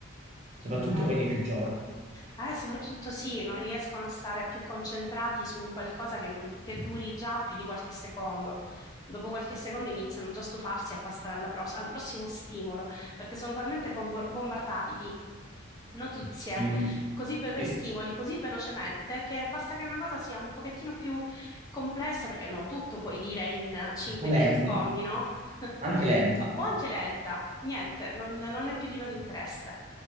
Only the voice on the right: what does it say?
soprattutto
poi nei più giovani,
stimoli,
sì,
o lenta,
anche lenta.